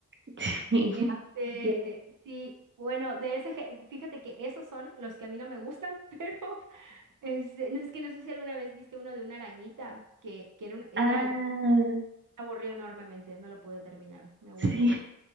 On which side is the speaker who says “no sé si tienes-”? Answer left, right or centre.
Right